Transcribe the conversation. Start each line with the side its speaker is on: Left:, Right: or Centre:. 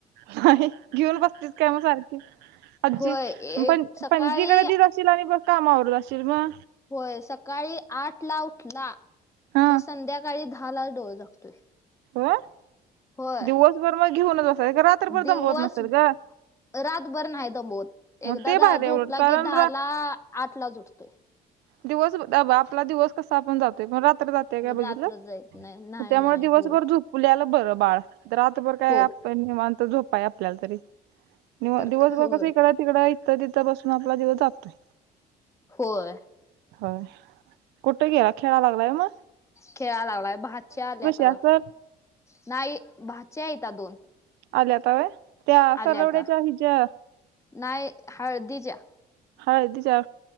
Right: हय. घेऊन बसतीस काय मग सारखी, आज्जी
Left: होय एक
Right: पण
Left: सकाळी
Right: पणजीकडे देत असशील आणि बस कामावर जाशील म.
Left: होय सकाळी आठ ला उठला,.
Right: हा
Left: कि संध्याकाळी दहा ला डोळे झाकतोय.
Right: होय.
Left: होय
Right: दिवसभर मग घेऊन च अस एका रात्र भर
Left: दिवस
Right: दमवत नसतेल ग.
Left: रातभर नाही दमवत
Right: मग
Left: एकदा
Right: ते
Left: झा
Right: भारी
Left: झोपला
Right: उलट कारण
Left: की दहा ला आठ ला च उठतोय.
Right: दिवस आपला दिवस कसा पण जातोय पण रा <unintelligible> बिगीतल,
Left: रात्र जाईत नाही नाही
Right: त्यामुळे
Left: नाही
Right: दिवसभर
Left: होय
Right: झोपल्याल बरं बाळ रातभर काय
Left: हो
Right: आपण निवांत झोपाय आपल्याला तरी. निव
Left: तर
Right: दिवसभर
Left: का होय
Right: कस इकडं तिकडं. ईथ तिथ बसून आपला दीवस जातोय.
Left: होय.
Right: होय कुठे गेला खेळा लागलाय म.
Left: खेळाय लागलाय भाची आली आता.
Right: असल
Left: नाही भाच्या आहेत दोन.
Right: आल्याता व्हय? त्या
Left: आल्याता
Right: सरवड्याच्या हिच्या
Left: नाही हळदीच्या.
Right: हळदीच्या